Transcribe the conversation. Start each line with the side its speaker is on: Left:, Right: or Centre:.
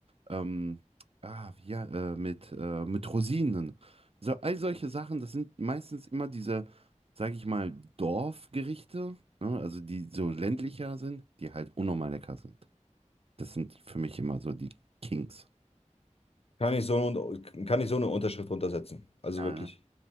Right: ähm, ah, wie, ja, äh, mit, äh, mit Rosinen. So, all solche Sachen, das sind meistens immer diese, sage ich mal, Dorfgerichte, ne? Also die so ländlicher sind, die halt unnormal lecker sind. Das sind für mich immer so die Kings.
Left: Kann ich so eine, kann ich so eine Unterschrift runtersetzen. Also
Right: Ja.
Left: wirklich.